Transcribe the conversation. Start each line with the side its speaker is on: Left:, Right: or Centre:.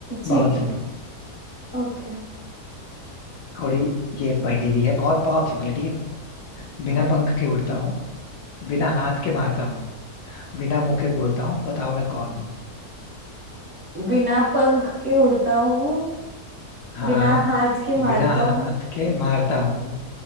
Right: ठीक
Left: बहुत सिंपल
Right: ओके
Left: थोड़ी ये पहेली है बहुत बहुत सिंपल है ठीक है बिना पंख के उड़ता हूँ बिना हाथ के मारता हूँ बिना मुंह के बोलता हूँ बताओ मैं कौन हूँ
Right: बिना पंख के उड़ता हूँ
Left: हाँ
Right: बिना हाथ के मारता
Left: बिना
Right: हूँ
Left: हाथ के मारता हूँ